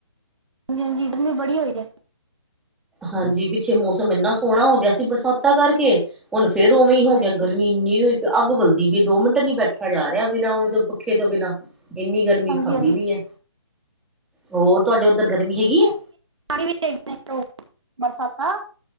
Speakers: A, on the right (about 70°); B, in the centre.
A: ਹਾਂਜੀ-ਹਾਂਜੀ ਗਰਮੀ ਬੜੀ ਹੋਈ ਏ।
B: ਹਾਂਜੀ ਪਿੱਛੇ ਮੌਸਮ ਇੰਨਾ ਸੋਹਣਾ ਹੋ ਗਿਆ ਸੀ ਬਰਸਾਤਾਂ ਕਰਕੇ, ਹੁਣ ਫੇਰ ਉਵੇਂ
A: ਹਾਂਜੀ
B: ਹੋ ਗਿਆ
A: ਹਾਂਜੀ
B: ਗਰਮੀ ਇੰਨੀ ਹੋਈ ਪਈ ਅੱਗ ਬਲਦੀ ਪਈ ਦੋ ਮਿੰਟ ਨੀ ਬੈਠਾ ਜਾ ਰਿਹਾ ਬਿਨਾਂ ਓਹਦੇ ਪੱਖੇ ਤੋਂ ਬਿਨਾ। ਇੰਨੀ ਗਰਮੀ
A: ਹਾਂਜੀ
B: ਖਾਂਦੀ
A: ਹਾਂਜੀ
B: ਵੀ ਏ, ਹੋਰ ਤੁਹਾਡੇ ਉੱਧਰ ਗਰਮੀ ਹੈਗੀ ਏ?
A: ਪਾਣੀ ਵੀ <unintelligible> ਬਰਸਾਤਾਂ